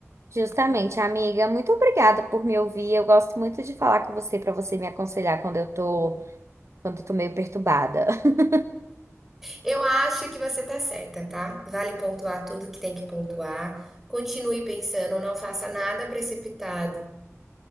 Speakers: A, on the right (about 65°); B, in the centre.
A: justamente, amiga. Muito obrigada por me ouvir. Eu gosto muito de falar com você para você me aconselhar quando eu tô, quando eu tô meio perturbada. <laughs>
B: Eu acho que você tá certa, tá? Vale pontuar tudo que tem que pontuar. Continue pensando, não faça nada precipitado.